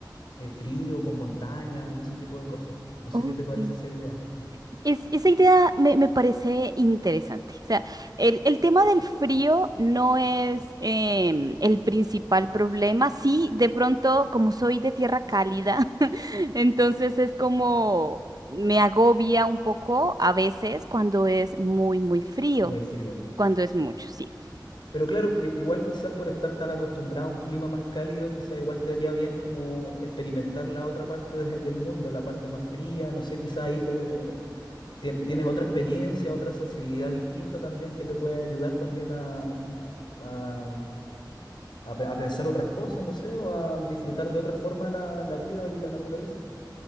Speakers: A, on the left; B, on the right.
A: eh, frío, con montaña y ese tipo de cosas. No
B: Ok.
A: sé qué te parece esa idea.
B: Es, esa idea me, me parece interesante. O sea, el, el tema del frío no es em, el principal problema. Sí, de pronto, como soy de tierra cálida, <laughs> entonces es como me agobia un poco a veces cuando es muy, muy frío,
A: Muy frío.
B: cuando es mucho, sí.
A: Pero claro, i- igual quizás por estar tan acostumbrado a un clima más cálido, quizás igual te haría bien como experimentar la otra parte de- del mundo, la parte más fría, no sé, quizás ahí te, tien- tienes otra experiencia, otra sensibilidad distinta también que te puede ayudar también a, a, a pe- a pensar otras cosas, no sé, o a disfrutar de otra forma la, la vida y la naturaleza.